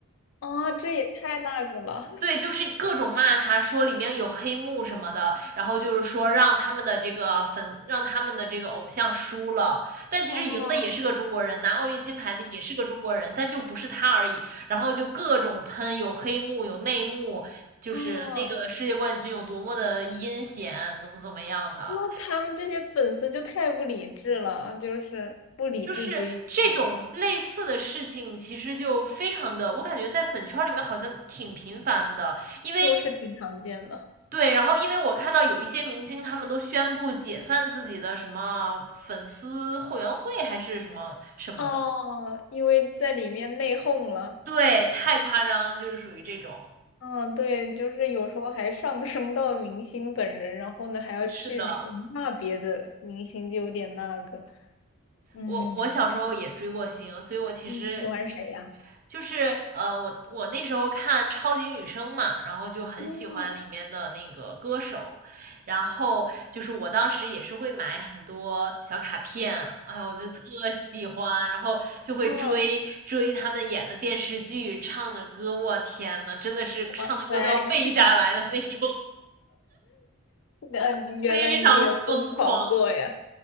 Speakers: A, on the left (about 60°); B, on the right (about 40°).
A: 啊，这也太那个了
B: 对，就是各种骂他，说里面有黑幕什么的，然后就是说让他们的这个粉，让他们的这个偶像输了，但其实赢的也是个中国人，
A: <laughs> 啊
B: 拿奥运金牌的也是个中国人，但就不是他而已。然后就各种喷，有黑幕，有内幕，就是那个世界冠军有多么的阴险，
A: 啊！
B: 怎么怎么样的。
A: 那他们这些粉丝就太不理智了，就是不理智追星，
B: 就是这种类似的事情，其实就非常的，我感觉在粉圈里面好像挺频繁的，因为
A: 就是挺常见的
B: 对，然后因为我看到有一些明星，他们都宣布解散自己的什么粉丝后援会还是什么什么的，
A: 哦 <laughs>，因为在里面内讧了。
B: 对，太夸张，就是属于这种。
A: 嗯，对，就是有时候还上升到明星本人，然后呢还要去嗯骂别的明星，
B: 是的，
A: 就有点那个。嗯，
B: 我我小时候也追过星，所以我其实
A: 你喜欢谁呀？
B: 就是呃，我我那时候看超级女声嘛，然后就很喜欢里面的那个歌手，
A: 哦
B: 然后就是我当时也是会买很多小卡片，哎呀，我就特喜欢，然后就会追追他们演的电视剧、
A: 哦，
B: 唱的歌，我天呐，真的是唱的歌都要背下来的那种，
A: <laughs> 拜拜。那你原来你也疯狂过呀？
B: 非常疯狂，